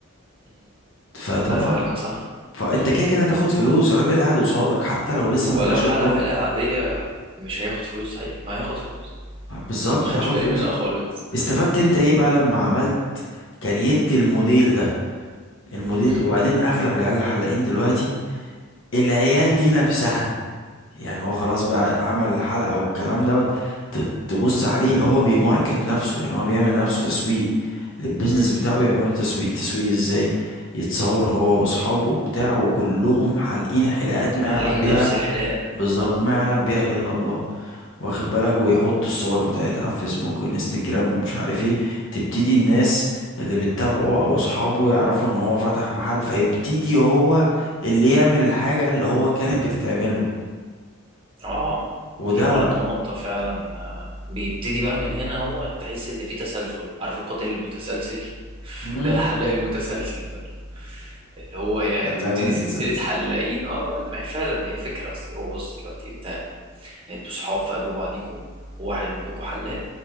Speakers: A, on the right (about 25°); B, on the left (about 55°).
A: مم.
B: فطبعا
A: تصدق فعلا صح
B: فانت كده كده هتاخد فلوس الراجل قاعد قصادك حتى لو لسه
A: هو
B: ما
A: لو
B: جاش
A: حلق
B: الضرب
A: حلقة عادية مش هياخد فلوس صحيح ما هياخد فلوس
B: بالظبط
A: ما خدش
B: هتاخد
A: بالي
B: فلوس
A: منها خالص
B: استفدت انت ايه بقى لما عملت كريت الموديل ده الموديل
A: مم.
B: وبعدين اغلب العيال الحلاقين دلوقتي العيال دي نفسها يعني هو خلاص بقى عمل الحلقة والكلام دوت ت- تبص عليه هو بيماركت نفسه يعني هو بيعمل لنفسه تسويق للبيزنس
A: مم.
B: بتاعه يعملوا تسويق تسويق ازاي يتصور هو واصحابه وبتاعه وكلهم حالقين حلقات ما
A: حالقين
B: يعلم بيها
A: نفس الحلاقة
B: بالظبط
A: اه
B: ما يعلم بيها الا الله واخد بالك ويحط الصور بتاعتها على فيسبوك وانستجرام ومش عارف ايه تبتدي الناس اللي بتتابعه او اصحابه يعرفوا ان هو فتح محل فيبتدي هو اللي يعمل الحاجة اللي هو كانت بتتعمل له
A: اه
B: وده
A: دي برضه نقطة فعلا آه، بيبتدي بقى من هنا هو تحس إن في تسلسل عارف القاتل المتسلسل <laughs>
B: مم.
A: ده الحلاق المتسلسل بقى اللي هو هي
B: <laughs> حلاوة
A: تبتدي
B: متسلسل
A: سلسلة حلاقين اه ما ما هي فعلا هي فكرة أصلي هو بص دلوقتي أنت انتوا صحاب في قلب بعضيكوا وواحد منكوا حلاق